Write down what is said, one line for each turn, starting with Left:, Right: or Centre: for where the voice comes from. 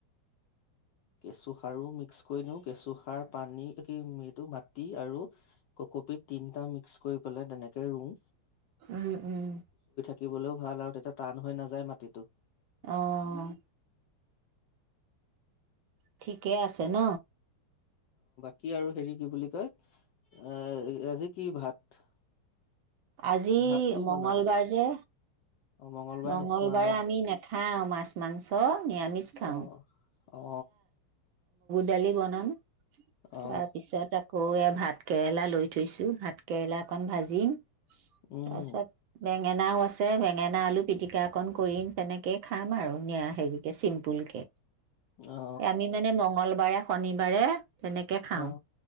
Left: কেচু সাৰো মিক্স কৰি দিও কেচু সাৰ, পানী কি এইটো মাটি আৰু ককোপিত তিনিটা মিক্স কৰি পেলে তেনেকে ৰুও
Right: উম, উম।
Left: দিবলৈও ভাল আৰু তেতিয়া টান হৈ নাযায় মাটিটো।
Right: অ' ঠিকেই আছে ন।
Left: কি আৰু হেৰি কি বুলি কয় আজি কি ভাত,
Right: আজি
Left: ভাত কি
Right: মংগলবাৰ
Left: বনাবা
Right: যে
Left: অ
Right: মংগলবাৰে
Left: নোখোৱা ন
Right: আমি নাখাও মাছ মাংস নিৰামিষ খাও।
Left: অ অ
Right: দালি বনাম।
Left: অ
Right: তাৰপিছত আকৌ। সৌৱে ভাত কেৰেলা লৈ থৈছো ভাত কেৰেলা অকন ভাজিম।
Left: উম
Right: তাৰপিছত বেঙে বেগেনাও আছে বেগেনা আলু পিতিকা অকন কৰিম তেনেকেয়ে খাম আৰু নিৰাহিগিকে চিম্পুলকে
Left: অ
Right: এ আমি মানে মংগলবাৰে। শনিবাৰে, তেনেকে খাওঁ।
Left: অ